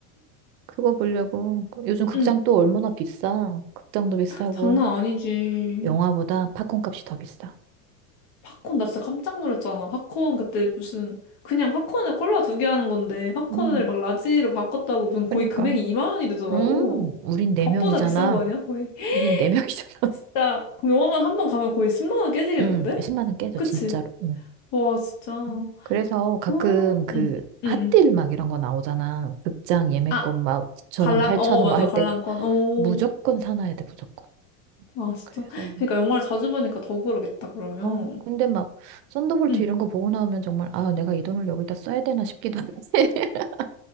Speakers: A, on the right (about 75°); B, on the left (about 50°).
A: 그거 보려고 그- 요즘 극장
B: 응,
A: 또 얼마나 비싸 극장도 비싸고
B: 장난 아니지.
A: 영화보다 팝콘 값이 더 비싸
B: 팝콘 나 진짜 깜짝 놀랐잖아. 팝콘 그때 무슨 그냥 팝콘에 콜라 두 개 하는 건데 팝콘을
A: 음
B: 막 라지로 바꿨다고 무슨
A: 그러니까
B: 거의 금액이 2만 원이 되더라고.
A: 음 우린 네
B: 밥보다
A: 명이잖아
B: 비싼 거 아니야 거의? <laughs>
A: 우린 네 명이잖아 <laughs>
B: 진짜 그럼 영화관 한 번 가면 거의 10만 원 깨지겠는데?
A: 음 십만 원 깨져
B: 그치?
A: 진짜로 음.
B: 와 진짜. 어,
A: 음. 그래서 가끔
B: 응,
A: 그
B: 응,
A: 핫딜
B: 응.
A: 막 이런 거 나오잖아. 극장 예매권
B: 아
A: 막9천원
B: 관람
A: 팔천
B: 어
A: 원
B: 맞아
A: 막 할
B: 관람권.
A: 때
B: 오,
A: 무조건 사놔야 돼, 무조건.
B: 아 진짜.
A: 그래서
B: 그러니까 영화를 자주 보니까 더 그러겠다 그러면.
A: 어 근데 막 썬더볼트
B: 응.
A: 이런 거 보고 나오면 정말 아, 내가 이 돈을 여기다 써야 되나 싶기도 하고. <laughs>